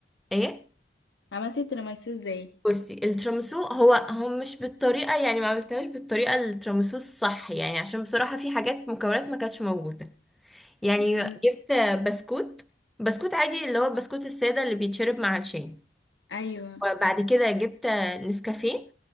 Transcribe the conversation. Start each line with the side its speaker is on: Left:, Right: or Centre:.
Centre: ايه
Left: عملتي التيراميسو ازاي؟
Centre: بصي الترامسو هو هم مش بالطريقه يعني ما عملتهاش بالطريقه الترامسو الصح يعني عشان بصراحه في حاجات مكونات ما كانتش موجوده يعني
Left: امم
Centre: جبت بسكوت بسكوت عادي اللي هو البسكوت الساده اللي بيتشرب مع الشاي
Left: ايوه
Centre: وبعد كده جبت نسكافيه